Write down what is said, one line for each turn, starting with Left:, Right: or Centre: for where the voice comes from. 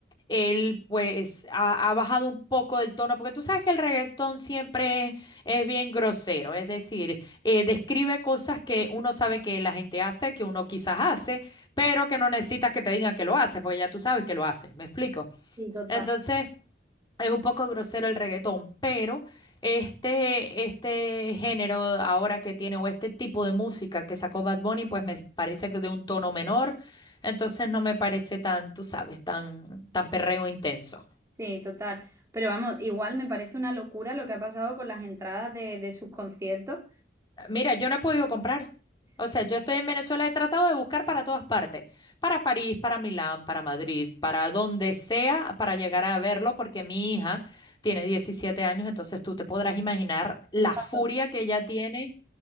Left: él pues ha, ha bajado un poco del tono, porque tú sabes que el reggaetón siempre es, es bien grosero, es decir, eh, describe cosas que uno sabe que la gente hace, que uno quizás hace, pero que no necesitas que te digan que lo haces, porque ya tú sabes que lo haces, ¿me explico?
Right: Sí, total.
Left: Entonces... Es un poco grosero el reggaetón, pero este, este género ahora que tiene, o este tipo de música que sacó Bad Bunny, pues me parece que de un tono menor, entonces no me parece tan, tú sabes, tan, tan perreo intenso.
Right: Sí, total. Pero vamos, igual me parece una locura lo que ha pasado con las entradas de, de sus conciertos.
Left: Mira, yo no he podido comprar. O sea, yo estoy en Venezuela, he tratado de buscar para todas partes, para París, para Milán, para Madrid, para donde sea, para llegar a verlo, porque mi hija tiene 17 años, entonces tú te podrás imaginar la
Right: Está
Left: furia que ella tiene